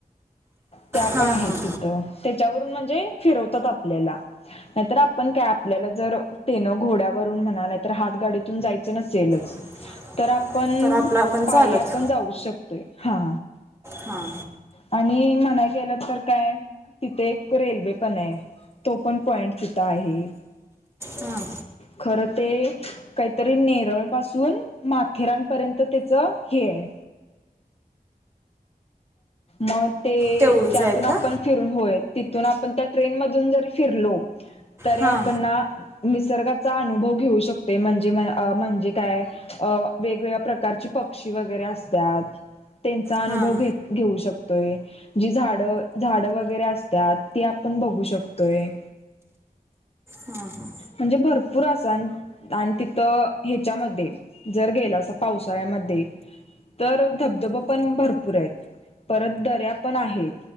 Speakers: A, on the left; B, on the right.
A: त्या
B: हां
A: पण आहेत
B: हां
A: तिथं. त्याच्यावरून म्हणजे फिरवतात आपल्याला. नाहीतर आपण काय आपल्याला जर तेन घोड्यावरून म्हणा नाहीतर हात गाडीतून जायचं नसेलच
B: <inaudible>
A: तर आपण
B: तर आपलं आपण चालत
A: पायी आपण जाऊच शकतोय हा.
B: हां
A: आणि म्हणाय गेलं तर काय तिथे एक रेल्वे पण आहे. तो पण पॉइंट तिथं आहे.
B: हां
A: खर ते काहीतरी नेरळ पासून माथेरानपर्यंत त्याच हे आहे. मग ते
B: तेवढीच
A: त्यातून
B: आहे
A: आपण
B: का
A: फिरून होय. तिथून आपण त्या ट्रेन मधून जरी फिरलो तरी
B: हां
A: आपण ना निसर्गाचा अनुभव घेऊ शकते म्हणजे म्हणजे काय वेगवेगळ्या प्रकारची प पक्षी वगैरे असतात त्यांचा अनुभव
B: हां
A: घेत घेऊ शकतोय जी झाडं झाड वगैरे असत्यात ती आपण बघू शकतोय.
B: हा हा
A: म्हणजे भरपूर अस आणि तिथ ह्याच्यामध्ये जर गेलासा पावसाळ्या म मध्ये तर धबधब पण भरपूर आहेत. परत दऱ्या पण आहेत.